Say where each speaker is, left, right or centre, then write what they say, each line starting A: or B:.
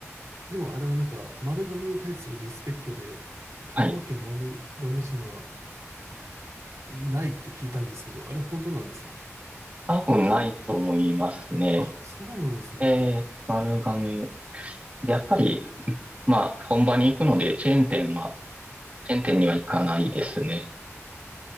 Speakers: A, on the right; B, on the right.
A: でもあれはなんか、丸亀に対するリスペクトで、香川県丸亀市には、
B: はい。
A: ないって聞いたんですけど、あれ本当なんですか
B: 多分ないと思いますね。
A: あ、そうなんですね。
B: えー、丸亀。で、やっぱり、まあ、本場に行くので、チェーン店は、チェーン店には行かないですね。